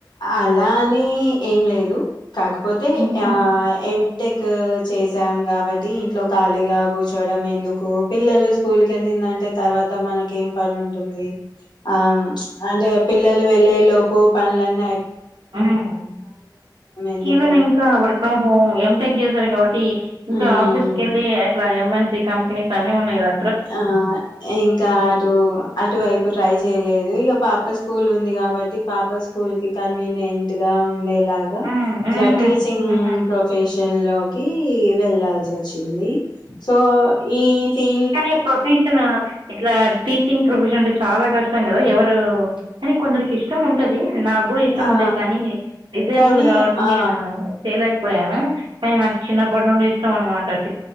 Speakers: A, on the left; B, on the right.
A: అలా అని ఏం లేదు కాకపోతే
B: హుహు.
A: ఆ ఏం టెక్ చేసాం కాబట్టి ఇంట్లో ఖాళీగా కూర్చోడం ఎందుకు పిల్లలు స్కూల్ కెళ్ళిందంటే తర్వాత మనకేమ్ పని ఉంటుంది ఆ అంటే పిల్లలు వెళ్ళే లోపు పనులన్
B: ఉమ్
A: ఎందుకు
B: ఈవెన్ ఇంకా వర్క్ ఫ్రమ్ హోమ్ ఏం టెక్ చేస ఓటి ఇంకా
A: ఉమ్
B: ఆఫీస్ కెళ్ళి అట్లా ఎమై కంపెనీస్ అన్ని ఉన్నాయి గదా
A: ఆ ఇంకా అటు అటువైపు ట్రై చేయలేదు ఇక పాప స్కూల్ ఉంది కాబట్టి పాప స్కూల్ కి కన్వీనియంట్ గా ఉండేలాగా
B: హ్మ్, హుహు,
A: ఇట్లా టీచింగ్
B: హుహు,
A: ప్రొఫెష్ లోకి వెళ్ల్ళాల్సి వచ్చింది సో ఈ టీ
B: నీ ప్రొఫషన్ ఇట్లా టీచింగ్ ప్రొఫెషన్ అంటే చాలా కష్టం కదా ఎవరు అని కొందరికి ఇష్టం ఉంటది నాకు కూడా ఇష్టం
A: ఆ
B: ఉండే కానీ రిజబుల్
A: కానీ
B: కాబట్టి
A: ఆ
B: నేను పోనా కా నాకు చిన్నప్పటి ఉండి ఇ మ మాట